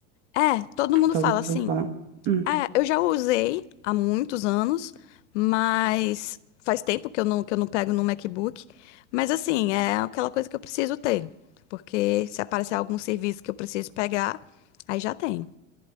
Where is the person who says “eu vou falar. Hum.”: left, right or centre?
Right